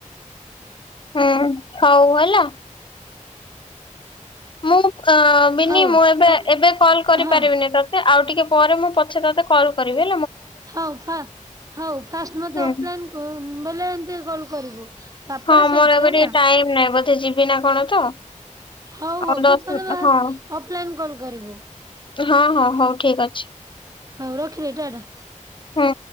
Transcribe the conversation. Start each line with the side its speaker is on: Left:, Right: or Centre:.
Left: ହୁଁ ହଉ ହେଲା। ମୁଁ ଅ ବିନି
Right: ହଉ
Left: ମୁଁ ଏବେ
Right: ଏବ
Left: ଏବେ କଲ୍ କରିପାରିବିନି
Right: ହଁ
Left: ତୋତେ ଆଉ ଟିକେ ପରେ ମୁଁ ପଛେ ତୋତେ କଲ୍ କରିବେ।
Right: ହଉ ଫାଷ୍ଟ ହଉ ଫାଷ୍ଟ ମତେ
Left: ହୁଁ।
Right: ଅଫଲାଇନ୍ <unintelligible> କଲ୍ କରିବୁ। ତାପରେ
Left: ହଁ
Right: ସେଇଠି
Left: ମୋର ଏବେ
Right: ହେଲା।
Left: ଟିକେ ଟାଇମ ନହିଁ ବ ସେ ଯିବି ନା କଣ ତ।
Right: ହଉ ହଉ
Left: ଆଉ ଦଶ
Right: ତୁ <unintelligible>
Left: ହଁ
Right: ଅଫଲାଇନ କଲ କରିବୁ।
Left: ହଁ ହଁ ହଉ ଠିକ୍ ଅଛି।
Right: ହଉ ରଖିଲି ଟା ଟା।
Left: ହଁ।